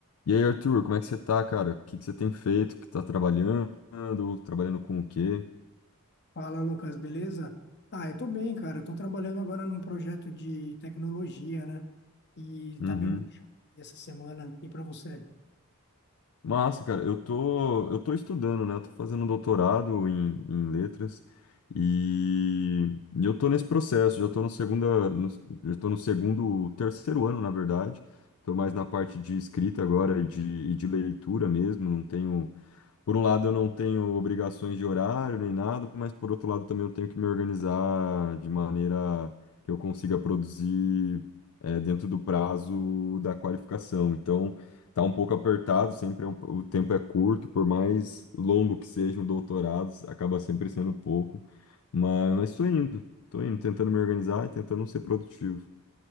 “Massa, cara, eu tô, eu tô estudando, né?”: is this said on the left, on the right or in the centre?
Left